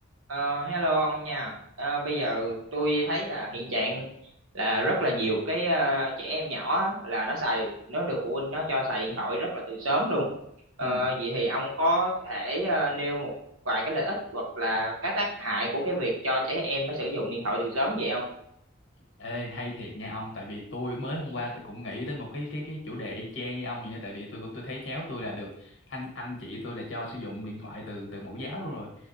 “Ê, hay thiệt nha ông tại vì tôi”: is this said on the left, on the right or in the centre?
Left